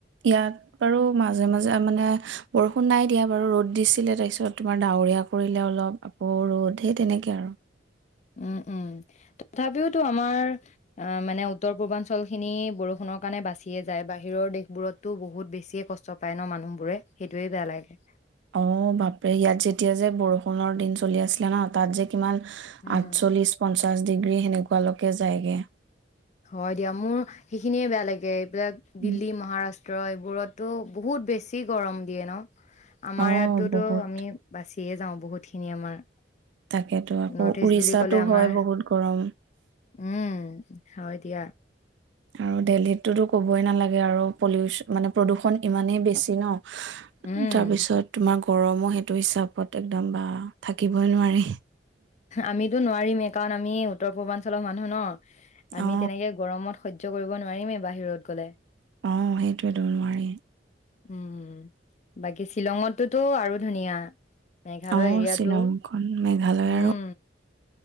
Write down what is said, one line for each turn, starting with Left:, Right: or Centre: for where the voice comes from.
Right: ইয়াত বাৰু মাজে মাজে মানে বৰষুণ নাই দিয়া বাৰু ৰ'দ দিছিলে তাৰপিছত তোমাৰ ডাৱৰীয়া কৰিলে অলপ আকৌ ৰ'দ সেই তেনেকৈ আৰু।
Left: উম উম তথাপিওতো আমাৰ আ মানে উত্তৰ পূৰ্বাঞ্চলখিনি। বৰষুণৰ কাৰণে বাচিয়ে যায় বাহিৰৰ দেশবোৰততো বহুত বেছিয়ে কষ্ট পায় ন মানুহবোৰে সেইটোৱেই বেয়া লাগে।
Right: অ বাপে ইয়াত যেতিয়া যে বৰষুণ পোন্ধৰ দিন চলি আছিলে ন তাত যে। কিমান
Left: উম,
Right: আঠচল্লিশ পঞ্চ। পঞ্চাছ ডিগ্ৰী সেনেকুৱালৈকে যায়গে
Left: হয় দিয়া মোৰ সেইখিনিয়ে বেয়া লাগে এইবিলাক দিল্লী
Right: উম
Left: মহাৰাষ্ট্ৰ। ট্ৰ এইবোৰতো বহুত বেছি গৰম দিয়ে ন। আমাৰ
Right: অ
Left: ইয়াতোতো
Right: বহুত
Left: আমি বাছি। সিয়ে যাওঁ বহুতখিনি আমাৰ।
Right: তাকেতো আকৌ
Left: নৰ্থ ইষ্ট
Right: উৰিষ্যাতো
Left: বুলি ক'লে আমাৰ
Right: হয় বহুত গৰম।
Left: উম হয় দিয়া।
Right: আৰু দেল্লীত টো ক'বই নালাগে আৰু পলিউচ মানে প্ৰদূষণ ইমানেই বেছি ন।
Left: উম
Right: তাৰপিছত তোমাক। গৰমো সেইটো হিচাপত একদম বা থাকিবই নোৱাৰি।
Left: আমি এইটো নোৱাৰিম এই কাৰণ আমি উত্তৰ পূৰ্বাঞ্চলৰ মানুহ ন। আমি
Right: অ
Left: তেনেকে গৰমত। সহ্য কৰিব নোৱাৰিমেই বাহিৰত গলে
Right: আহ সেইটোৱে নোৱাৰি
Left: উম বাকী শ্বিলঙতটোতো আৰু ধুনীয়া মেঘালয়
Right: অঁ
Left: এৰিয়াটো
Right: শ্বিলংখন মেঘালয়
Left: উম
Right: আৰু